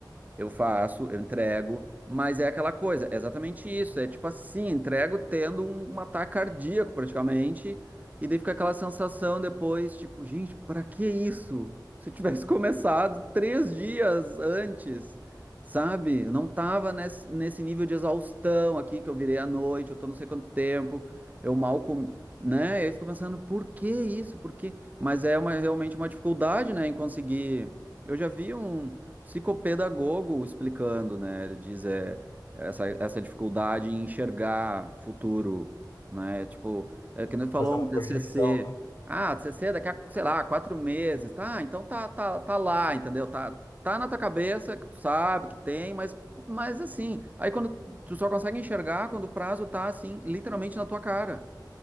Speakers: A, on the right (about 20°); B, on the left (about 55°).
A: Eu faço, eu entrego, mas é aquela coisa, é exatamente isso. É tipo assim, entrego tendo um, um ataque cardíaco praticamente, e daí fica aquela sensação depois, tipo, gente, pra que isso? Se eu tivesse <laughs> começado três dias antes, sabe? Eu não tava nesse, nesse nível de exaustão aqui que eu virei à noite, eu tô não sei quanto tempo, eu mal comi, né? Eu fico pensando, por que isso? Por que? Mas é uma, realmente uma dificuldade, né, em conseguir. Eu já vi um psicopedagogo explicando, né? Ele diz é, essa, essa dificuldade em enxergar futuro, né? Tipo, é que nem tu falou
B: Fazer uma
A: um
B: projeção,
A: TCC.
B: né?
A: Ah, TCC daqui a, sei lá, quatro meses. Tá, então tá, tá, tá lá, entendeu? Tá, tá na tua cabeça, que tu sabe que tem, mas, mas assim, aí quando tu só consegue enxergar quando o prazo tá assim, literalmente na tua cara,